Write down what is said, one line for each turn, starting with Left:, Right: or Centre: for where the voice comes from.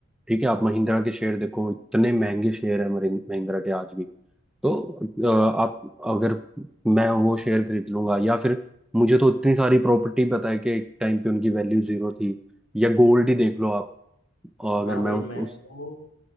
Centre: ठीक है आप महिंद्रा के शेयर देखो इतने महंगे शेयर है महिंद्रा के आज भी तो अ, आप अगर मैं वो शेयर खरीद लूंगा या फिर मुझे तो इतनी सारी प्रॉपर्टी पता है कि एक टाइम पे उनकी वैल्यू जीरो थी या गोल्ड ही देख लो आप अगर
Left: ना
Centre: मैं
Left: भाई
Centre: उस
Left: मैं
Centre: उस-
Left: तो